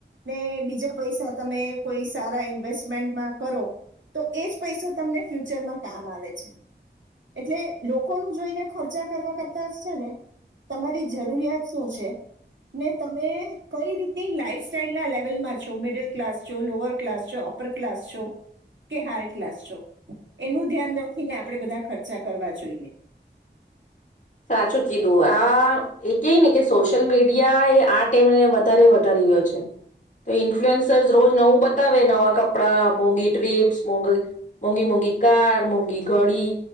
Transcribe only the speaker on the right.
ને બીજા પૈસા તમે કોઈ સારા ઇન્વેસ્ટમેન્ટમાં કરો. તો એ જ પૈસો તમને ફ્યુ <unintelligible> કામ આવે છે. એટલે લોકો ન જોઈને ખર્ચા કરવા કરતા છે ને તમારી જરૂરિયાત શું છે ને તમે કઈ રીતની લાઈફ સ્ટાઇલના લેવલમાં છો, મિડલ ક્લાસ છો, લોઅર ક્લાસ છો, અપર ક્લાસ છો કે હાયર ક્લાસ છો. એનું ધ્યાન રાખીને આપડે બધા ખર્ચા કરવા જોઈએ.